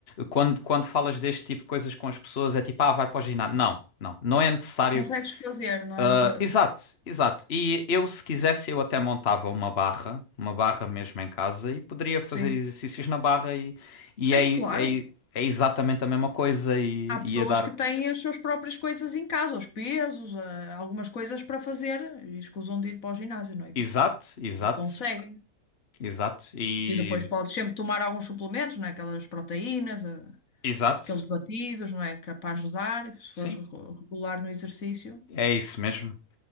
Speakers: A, on the left; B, on the left.
A: Quando, quando falas deste tipo de coisas com as pessoas, é tipo, ah, vai para o ginásio. Não, não, não é necessário.
B: Consegues fazer, não
A: Ah,
B: é? Da-
A: exato, exato. E eu, se quisesse, eu até montava uma barra, uma barra mesmo em casa, e poderia fazer
B: Sim.
A: exercícios na barra, e, e
B: Sim,
A: é, é,
B: claro.
A: é exatamente a mesma coisa, e
B: Há pessoas
A: e ia dar.
B: que têm as suas próprias coisas em casa, os pesos, eh, algumas coisas para fazer e escusam de ir para o ginásio, não é?
A: Exato, exato,
B: E conseguem.
A: exato. E.
B: E depois podes sempre tomar alguns suplementos, não é? Aquelas proteínas, eh,
A: Exato.
B: aqueles batidos, não é? Que é para ajudar, se
A: Sim,
B: fores regu- regular no exercício.
A: é isso mesmo.